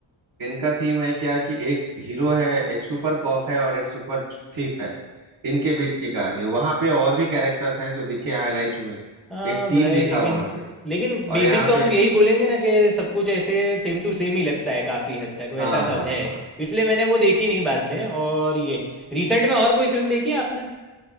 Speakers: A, on the right; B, in the centre.
A: इनका थीम है क्या कि एक हीरो है एक सुपर कॉप है और एक सुपर थीफ है इनके बीच की कहानी वहां पे और भी कैरेक्टर्स हैं जो दिखे हाईलाइट हुए
B: हाँ
A: एक टीम
B: भाई
A: दिखा
B: लेकिन
A: वहां पे
B: लेकिन बेसिक
A: और यहाँ
B: तो
A: पे
B: हम यही बोलेंगे ना कि सब कुछ ऐसे सेम टू सेम ही लगता है काफ़ी हद तक वैसा
A: हाँ
B: सब
A: हाँ
B: है
A: हाँ
B: इसलिए मैंने वो देखी नहीं बाद में और ये रिसेंट में और कोई फिल्म देखी है आपने